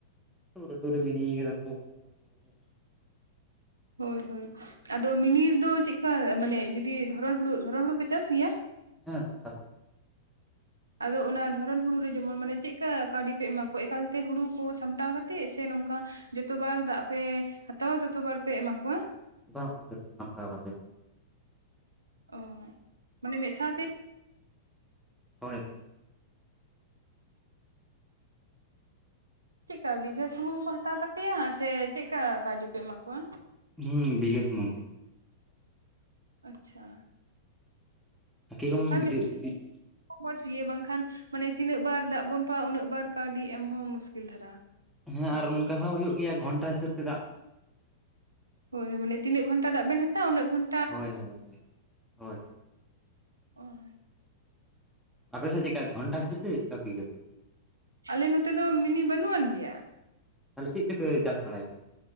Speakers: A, in the centre; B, on the right (about 80°).
A: ᱥᱩᱨ ᱨᱮ ᱥᱩᱨ ᱨᱮ ᱢᱤᱱᱤᱭ ᱠᱟᱫᱟ ᱠᱚ᱾ <inaudible>
B: ᱦᱚᱭ ᱦᱚᱭ ᱟᱫᱚ ᱢᱤᱱᱤᱫ ᱨᱮᱫᱚ ᱪᱮᱫᱠᱟ ᱢᱟᱱᱮ ᱡᱩᱫᱤ ᱫᱷᱚᱨᱚ ᱦᱩᱲᱩ ᱫᱷᱚᱨᱚ ᱦᱩᱲᱩ ᱯᱮ ᱪᱟᱥ ᱜᱮᱭᱟ?
A: ᱦᱮᱸ ᱪᱟᱥ᱾ ᱜᱮᱭᱟᱞᱮ
B: ᱟᱫᱚ ᱚᱱᱟ ᱫᱷᱚᱨᱚᱢ ᱦᱩᱲᱩ ᱨᱮ ᱡᱮᱢᱚᱱ ᱢᱟᱱᱮ ᱪᱮᱫᱠᱟ ᱠᱟᱹᱣᱰᱤ ᱯᱮ ᱮᱢᱟ ᱠᱚᱣᱟ ᱮᱠᱟᱞᱛᱮ ᱦᱩᱲᱩ ᱠᱚ ᱥᱟᱢᱴᱟᱣ ᱠᱟᱛᱮᱜ ᱥᱮ ᱱᱚᱝᱠᱟ ᱡᱚᱛᱚ ᱵᱟᱨ ᱫᱟᱜ ᱯᱮ ᱦᱟᱛᱟᱣᱟ ᱛᱚᱛᱚ ᱵᱟᱨ ᱯᱮ ᱮᱢᱟᱠᱚᱣᱟ?
A: ᱵᱟᱝ ᱵᱟᱝ ᱡᱚᱛᱚ ᱥᱟᱢᱴᱟᱣ ᱠᱟᱛᱮ᱾
B: ᱚᱦᱚ ᱢᱟᱱᱮ ᱢᱤᱫ ᱥᱟᱶᱛᱮ᱾
A: ᱦᱚᱭ
B: ᱪᱮᱫᱠᱟ ᱵᱤᱜᱷᱟᱹ ᱥᱩᱢᱩᱝ ᱠᱚ ᱦᱟᱛᱟᱣ ᱛᱟᱯᱮᱭᱟ ᱥᱮ ᱪᱮᱫᱠᱟ ᱠᱟᱹᱣᱰᱤ ᱯᱮ ᱮᱢᱟ ᱠᱚᱣᱟ?
A: ᱦᱩᱸ ᱵᱤᱜᱮᱥ ᱥᱩᱢᱩᱝ ᱜᱮ᱾
B: ᱟᱪᱪᱷᱟ
A: <unintelligible>
B: ᱟᱨ ᱢᱤᱫ ᱢᱚᱡᱽ ᱜᱮ ᱵᱟᱝᱠᱷᱟᱱ ᱢᱟᱱᱮ ᱛᱤᱱᱟᱹᱜ ᱵᱟᱨ ᱫᱟᱜ ᱵᱚᱱ ᱦᱟᱛᱟᱣᱟ ᱩᱱᱟᱹᱜ ᱵᱟᱨ ᱠᱟᱣᱰᱤ ᱮᱢᱦᱚᱸ ᱢᱩᱥᱠᱤᱞ ᱫᱷᱟᱨᱟ ᱦᱟ
A: ᱦᱮᱸ ᱟᱨ ᱚᱱᱠᱟ ᱦᱚᱸ ᱦᱩᱭᱩᱜ ᱜᱮᱭᱟ ᱜᱷᱚᱱᱴᱟ ᱦᱤᱥᱟᱹᱵ ᱛᱮ ᱮᱫᱟᱜ
B: ᱦᱚᱭ ᱦᱚᱭ ᱢᱟᱱᱮ ᱛᱤᱱᱟᱹᱜ ᱜᱷᱚᱱᱟ ᱫᱟᱜ ᱵᱮᱱ ᱦᱟᱛᱟᱣᱟ ᱩᱱᱟᱹᱜ ᱜᱷᱚᱱ
A: ᱦᱚᱭ ᱦᱚᱭ ᱦᱚᱭ
B: ᱦᱮᱜᱼᱮᱸ
A: ᱟᱯᱮ ᱥᱮᱪ ᱪᱮᱠᱟ ᱜᱚᱱᱴᱟ ᱦᱤᱥᱟᱹᱵ ᱛᱮ ᱠᱟᱵᱤᱜᱟᱹ
B: ᱟᱞᱮ ᱱᱚᱛᱮ ᱫᱚ ᱢᱤᱱᱤ ᱵᱟᱹᱱᱩᱜ ᱟᱱ ᱜᱮᱭᱟ
A: ᱛᱟᱞᱮ ᱪᱮᱫ ᱛᱮᱯᱮ ᱪᱟᱥ ᱵᱟᱲᱟᱭ